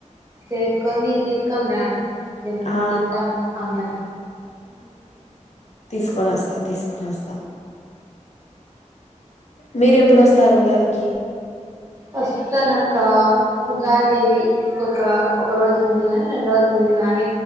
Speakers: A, on the right (about 25°); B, on the left (about 60°).
A: చేసుకొని తీసుకొని రాండి
B: ఆ
A: తింటాం అందరం
B: తీస్కోని వస్తా తీస్కోని వస్త మీరెప్పుడస్తారు ఉగాదికి
A: వస్తనక్క ఉగాది ఒక ఒక రోజు ముందు గాని రెండు రోజుల ముందు దు కాని